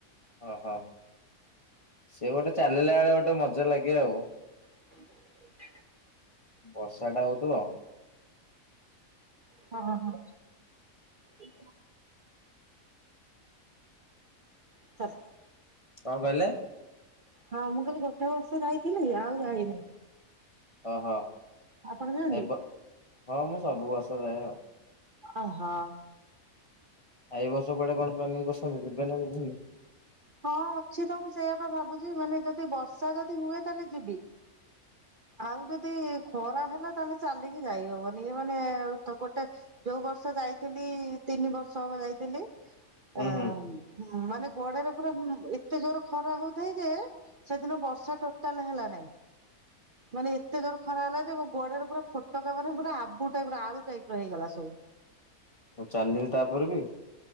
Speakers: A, on the left; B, on the right.
A: ଓହୋ! ସେ ଗୋଟେ ଚାଲିଲା ଏଳେ, ଗୋଟେ ମଜା ଲାଗେ ଆଉ।
B: <inaudible>
A: ବର୍ଷା ଟା ହଉଥୁବ।
B: ହଁ, ହଁ। <inaudible> <inaudible>
A: କଣ କହିଲେ?
B: ହଁ, ମୁଁ କହିଲି ଗୋଟେ ବର୍ଷ ଯାଇଥିଲି, ଆଉ ଯାଇନି।
A: ଓହ!
B: ଆପଣ ଯାଆନ୍ତି?
A: ଏବ ହଁ, ମୁଁ ସବୁ ବର୍ଷ ଯାଏ ଆଉ।
B: ଓହୋ।
A: ଆଉ ଏଇ ବର୍ଷ କୁଆଡେ କଣ ପ୍ଲାନିଙ୍ଗ୍ କରସନ୍ତି, ଯିବେ ନା ଯିବେନି?
B: ହଁ, ଅଛି ତ ମୁଁ ସେଇଆପା ଭାବୁଛି, ମାନେ ଯଦି ବର୍ଷା ଯଦି ହୁଏ ତାଲେ ଯିବି। ଆଉ ଯଦି ଖରା ହେଲା ତାହେଲେ, ଚାଲିକି ଯାଇହବନି। ନି ମାନେ, ଗୋଟେ ଯୋଉ ବର୍ଷ ଯାଇଥିଲି, ତିନି ବର୍ଷ ହବ ଯାଇଥିଲି।
A: ହୁଁ
B: ଏଁ
A: ହୁଁ।
B: ମାନେ ଗୋଡରେ ପୁରା ଏତେ ଜୋର ଖରା ହଉଥାଏ ଯେ, ସେଦିନ ବର୍ଷା ଟୋଟାଲ୍ ହେଲା ନାଇଁ। ମାନେ, ଏତେ ଜୋର୍ ଖରା ହେଲା ଯେ, ମୋ ଗୋଡରେ ପୁରା ଫୋଟକା ମାନେ, ପୁରା ଆବୁ ଟାଇପ୍ ର ଆଳୁ ଟାଇପ୍ ର ହେଇଗଲା ସବୁ।
A: ଆଉ ଚାଲିିଲେ ତା'ପରେ ବି?